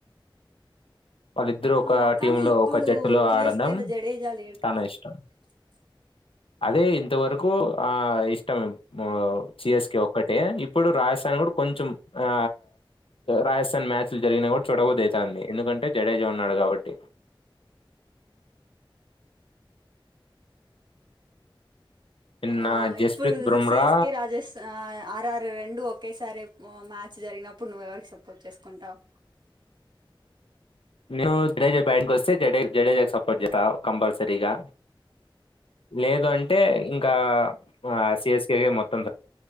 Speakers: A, on the left; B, on the right.
A: వాళ్ళిద్దరు ఒక
B: ఆ కానీ
A: టీమ్ లో
B: ఇప్పుడు
A: ఒక జట్టులో
B: సిఎస్కెలో
A: ఆడడం
B: జడేజా లేరు
A: చాలా
B: కదా.
A: ఇష్టం
B: ఇ
A: అదే ఇంతవరకు ఆ ఇష్టం. ఉ సిఎస్కె ఒక్కటే ఇప్పుడు రాజస్థాన్ కొంచెం ఆ రాజస్థాన్ మ్యాచ్లు జరిగిన కూడా చూడబుద్ధిఅయితాంది. ఎందుకంటే జడేజా ఉన్నాడు కాబట్టి నిన్న
B: ఆ
A: జస్ప్రీత్
B: ఇప్పుడు
A: బుమ్రా
B: సిఎస్కె రాజస్థాన్ ఆ ఆర్ఆర్ రెండు ఒకేసారి మ్యాచ్ జరిగినప్పుడు నువ్ఎవరికి సపోర్ట్ చేసుకుంటావ్.
A: నను జడేజా బ్యాటింగ్ వస్తే జడ జడేజా సపోర్ట్ జతా కంపల్సరీగా లేదు అంటే ఇంకా ఆ సిఎస్కే మొత్తం